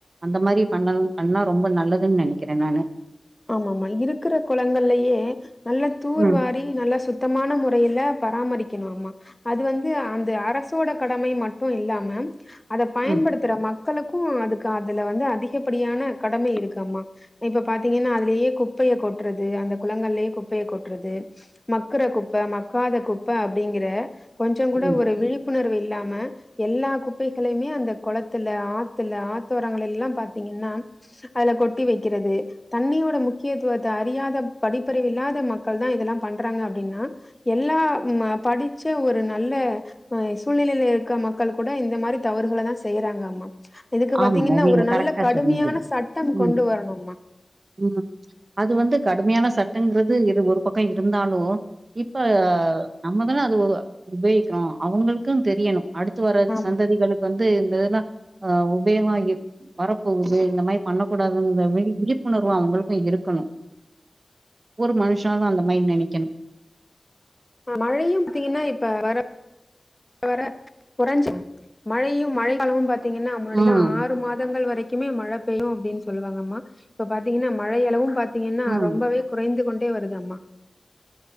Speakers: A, on the right; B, on the left.
A: அந்த மாதிரி பண்ண பண்ணா ரொம்ப நல்லதுன் நினைக்கிறேன் நானு
B: ஆமா ஆமா இருக்குற குளங்கள்லயே நல்ல தூர்வார
A: ம்
B: ரி நல்ல சுத்தமான முறையில பராமரிக்கணு ஆமா அது வந்து அந்த அரசோட கடமை மட்டும் இல்லாம அத பயன்படுத்துற
A: ம்
B: மக் களுக்கும் அதுக்கு அதுல வந்து அதிகப்படியான கடமை இருக்கு ஆமா இப்ப பாத்த தீங்கன்னா அதுலயே குப்பைய கொட்டுறது அந்த குளங்கள்லயே குப்பைய கொட்டுறது மக்குற குப்ப மக்காத குப்ப அப்படிங்குற கொஞ்சம் கூட
A: ம்
B: ஒரு விழிப்புணர்வு இல்லாம எல்லா குப்பைகளையுமே அந்த குளத்துல ஆத்துல ஆத்தோரங்கள் எல்லா பாத்தீங்கன்னா அதுல கொட்டி வைக்கிறது தண்ணியோட முக்கியத்துவத்த அறியாத படிப்பறிவு இல்லாத மக்கள்தா இதெல்லா பண்றாங்க அப்டின்னா எல்லா படிச்ச ஒரு நல்ல அ சூழ்நிலையில இருக்க மக்கள் கூட இந்த மாதிரி தவறுகள தா செய்யுறாங்க ஆமா இதுக்கு
A: ஆமாங்க
B: பாத்தீங்கன்னா
A: நீங்க
B: ஒரு நல்ல
A: கரெக்டா
B: கடுமையான
A: சொன்னீங்க
B: சட்டம் கொண்டு
A: ம்
B: வரணுமா
A: ம் அது வந்து கடுமையான சட்டங்குறது இரு ஒரு பக்கோ இருந்தாலு இப்ப நம்ம தான அது உபயோகிக்கிறோ அவுங்களுக்கு தெரியணு அடுத்து வர
B: ஆமா
A: சந்ததிகளுக்கு வந்து இந்த இதுலா அ உபயமா இரு வரப்போகுது இந்த மாரி பண்ணக்கூடாதுங்கற மாரி விழிப்புணர்வு அவங்குளுக்கு இருக்கணு ஒரு மனுஷாலு அந்த மாரி நெனைக்கணு
B: அ மழையு பாத்திங்னா இப்ப வர வர குறைஞ்சி மழையு மழைக்காலமு பாத் திங்கன்னா முன்னாடிலா
A: ம்,
B: ஆறு மாதங்கள் வரைக்குமே மழ பெயு அப்டின் சொல்லுவாங்கம்மா இப்ப பாத்திங்கன்னா மழை அளவு பாத்திங்கன்னா
A: ம்.
B: ரொம்பவே குறைந்து கொண்டே வருதம்மா